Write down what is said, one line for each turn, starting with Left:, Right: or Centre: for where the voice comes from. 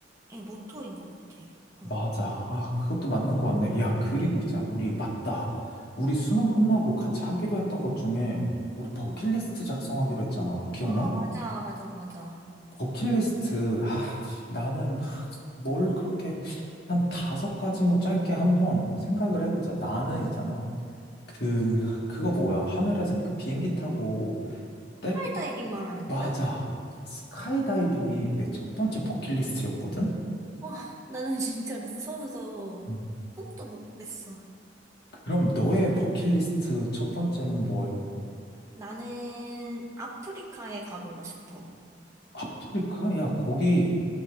Right: 모토인 것 같아.
Left: 맞아.
Right: 어.
Left: 아, 그것도 맞는
Right: 응.
Left: 것 같네. 야, 그리고 있잖아. 우리 맞다. 우리 수능 끝나고 같이 하기로 했던 것 중에 우리 버킷리스트
Right: 응.
Left: 작성하기로 했잖아. 기억나?
Right: 아, 맞아, 맞아, 맞아.
Left: 버킷리스트. 아, 씨, 나는 뭘 그렇게 한 다섯 가지 뭐 짧게 한번 생각을 해보자. 나는 있잖아. 그, 그거 뭐야? 하늘에서 그 비행기 타고, 때,
Right: 프이다이빙 말하는
Left: 맞아.
Right: 거야?
Left: 스카이다이빙이 내 첫 번째 버킷리스트였거든?
Right: 와, 나는 <laughs> 진짜 무서워서
Left: 음.
Right: 꿈도 못 꾸겠어.
Left: 그럼 너의 버킷리스트 첫 번째는 뭐예요?
Right: 나는 아프리카에 가보고 싶어.
Left: 아프리카? 야, 거기,